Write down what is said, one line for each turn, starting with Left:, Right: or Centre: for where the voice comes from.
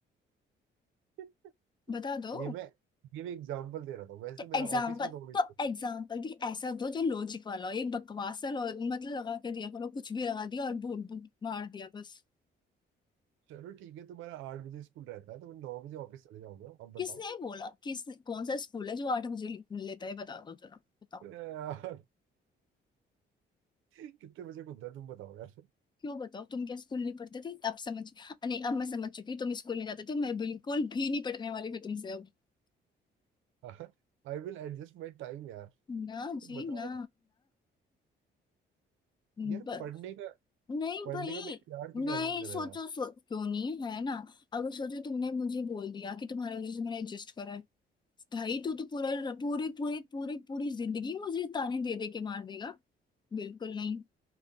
Right: <laughs>
Left: बता दो
Right: ये मैं ये मैं एग्जाम्पल दे रहा था वैसे
Left: तो
Right: तो मेरा
Left: एग्जाम्पल
Right: ऑफिस भी नौ बजे
Left: तो
Right: से-
Left: एग्जाम्पल भी ऐसा दो जो लॉजिक वाला हो ये बकवास सा lo- मतलब लगा के दिया करो कुछ भी लगा दिया और बोल बोल- मार दिया बस
Right: चलो ठीक है तुम्हारा आठ बजे स्कूल रहता है तो मैं नौ बजे ऑफिस चले जाऊंगा अब
Left: किसने
Right: बताओ
Left: बोला किस कौन सा स्कूल है जो आठ बजे ले- लेता है बता दो जरा बताओ
Right: यार <laughs> कितने बजे खुलता है तुम बताओ यार
Left: क्यों बताओ तुम क्या स्कूल नहीं पढ़ते थे अब समझ नहीं अब मैं समझ चुकी हूँ तुम स्कूल नहीं जाते थे मैं बिल्कुल भी नहीं पढ़ने वाली फिर तुमसे अब
Right: <laughs> आई विल एडजस्ट माई टाइम यार
Left: ना
Right: तुम
Left: जी
Right: बताओ
Left: ना ना
Right: यार पढ़ने का
Left: नहीं
Right: पढ़ने
Left: भाई
Right: का मेरे प्यार की
Left: नहीं
Right: क्या दिन
Left: सोचो
Right: है यार
Left: सो क्यों नहीं है ना अगर सोचो तुमने मुझे बोल दिया कि तुम्हारी वजह से मैंने एडजस्ट करा है भाई तू तो तू पूरा पूरी पूरी पूरी पूरी जिंदगी मुझे ताने दे दे के मार देगा बिल्कुल नहीं